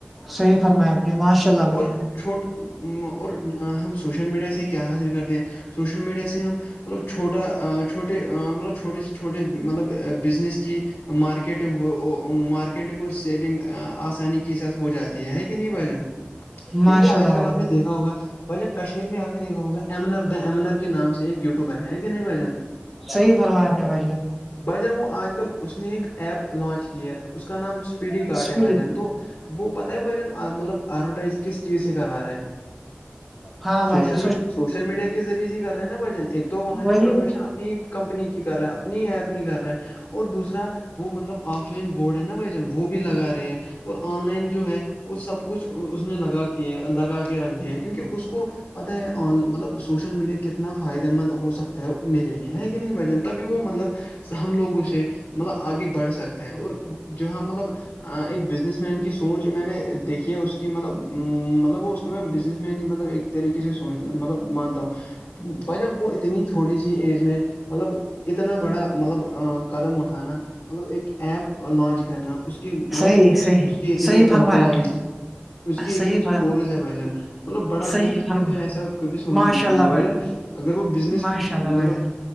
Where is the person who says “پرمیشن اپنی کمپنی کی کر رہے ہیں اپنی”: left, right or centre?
Left